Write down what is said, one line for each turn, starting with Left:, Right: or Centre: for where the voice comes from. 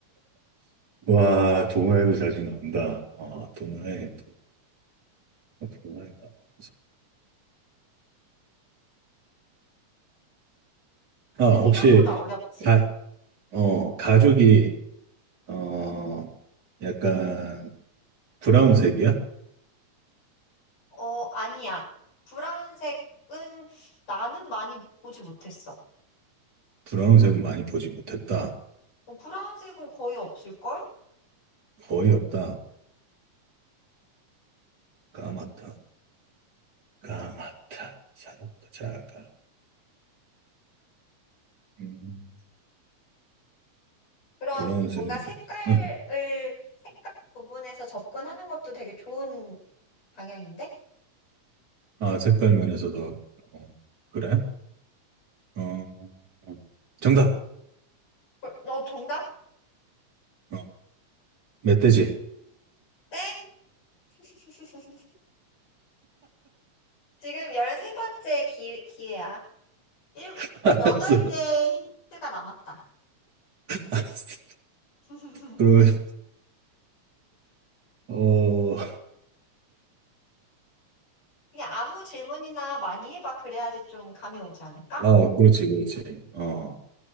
Right: 와, 동화에도 자주 나온다. 어, 동화에, 동화에, 동화에 나오면서. 아,
Left: 이게 생각보다
Right: 혹시,
Left: 어렵지?
Right: 가, 어, 가죽이, 어, 약간, 브라운색이야?
Left: 어, 아니야. 브라운색은 나는 많이 보지 못했어.
Right: 브라운색은 많이 보지 못했다.
Left: 뭐 브라운색은 거의 없을걸?
Right: 거의 없다. 까맣다. 까맣다. 사람보다 작아. 음,
Left: 그런
Right: 브라운색은,
Left: 뭔가 색깔을,
Right: 보지. 응.
Left: 색깔 부분에서 접근하는 것도 되게 좋은 방향인데?
Right: 아, 색깔 면에서도, 어, 그래? 어, 어. 정답!
Left: 어, 어, 정답?
Right: 어, 멧돼지.
Left: 땡! <laughs> 지금 열세 번째 기, 기회야. 일곱,
Right: <laughs> 알았어,
Left: 덟개의 힌트가 남았다.
Right: 알았어.
Left: <laughs>
Right: 그러면, 어,
Left: 그냥 아무 질문이나 많이 해봐. 그래야지 좀 감이 오지 않을까?
Right: 어, 아, 그렇지, 그렇지. 어,